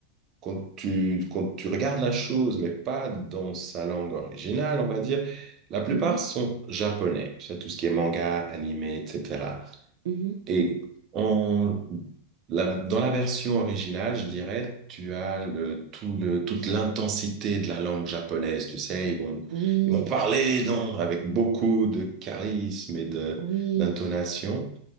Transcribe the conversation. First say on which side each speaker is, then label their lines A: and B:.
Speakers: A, on the right; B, on the right.
A: quand tu, quand tu regardes la chose, mais pas dans sa langue originale, on va dire, la plupart
B: mhm,
A: sont japonais, tu sais, tout ce qui est manga, animé, etc.
B: mhm.
A: Et en, la- dans la version originale, je dirais, tu as le, tout le, toute l'intensité de la langue japonaise, tu sais, ils vont,
B: Oui,
A: ils vont parler dans, avec beaucoup de charisme et de,
B: oui.
A: d'intonation.